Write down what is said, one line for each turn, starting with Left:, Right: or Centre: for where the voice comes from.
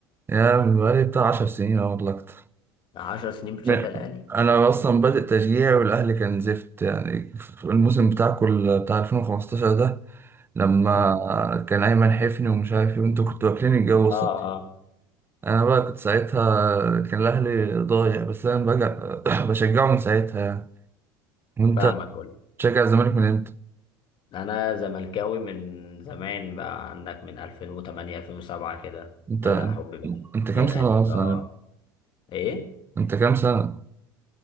Right: يا من بقالي بتاع 10 سنين أو والله اكتر
Left: 10 سنين بتشجع
Right: م-
Left: الاهلي
Right: انا اصلا بادئ تشجيع والاهلي كان زفت يعني في الموسم بتاعكم ال- بتاع 2015 ده لما
Left: امم
Right: كان ايمن حفني ومش عارف ايه وانتوا كنتوا واكلين الجو اصلا
Left: اه اه
Right: انا بقى كنت ساعتها كان الاهلي ضايع بس انا بقى <coughs> <clears throat> بشجعه من ساعتها يعني وانت
Left: فاهمك
Right: بتشجع الزمالك من امتى
Left: انا زملكاوي من زمان بقى عندك من 2008 2007 كده
Right: انت
Left: بدأ حبي بقى
Right: انت كام
Left: الفرقة
Right: سنه
Left: دي
Right: اصلا
Left: بقى ايه
Right: انت كام سنه